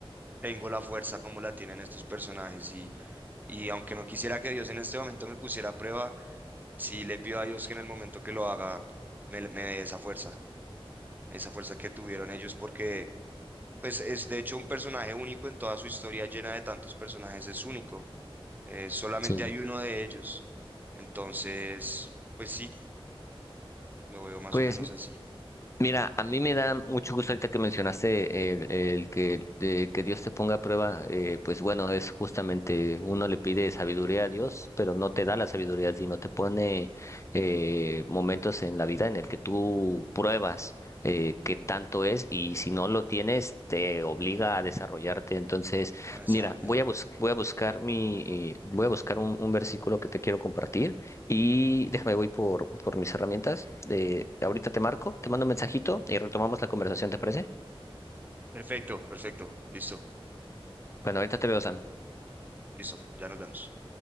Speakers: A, on the right (about 20°); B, on the left (about 30°).
A: tengo la fuerza como la tienen estos personajes y, y aunque no quisiera que Dios en este momento me pusiera a prueba, sí le pido a Dios que en el momento que lo haga me, me dé esa fuerza, esa fuerza que tuvieron ellos porque Pues es de hecho un personaje único en toda su historia llena de tantos personajes, es único. eh, solamente
B: Sí.
A: hay uno de ellos. Entonces, pues sí, lo veo más
B: Pues
A: o menos así,
B: Mira, a mí me da mucho gusto ahorita que mencionaste el, el que, de que Dios te ponga a prueba, eh, pues bueno, es justamente uno le pide sabiduría a Dios, pero no te da la sabiduría, sino te pone eh, momentos en la vida en el que tú pruebas eh, qué tanto es y si no lo tienes te obliga a desarrollarte. Entonces,
A: a desarrollarlo.
B: mira, voy a bus- voy a buscar mi, eh, voy a buscar un un versículo que te quiero compartir y déjame, voy por, por mis herramientas. De, ahorita te marco, te mando un mensajito y retomamos la conversación, ¿te parece?
A: Perfecto, perfecto, listo,
B: Bueno, ahorita te veo, Sam.
A: listo, ya nos vemos.